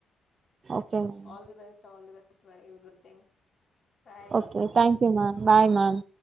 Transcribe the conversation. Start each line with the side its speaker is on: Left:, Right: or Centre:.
Right: okay ma'am
Left: all the best the best is very good thing bye.
Right: Okay thank you ma'am bye ma'am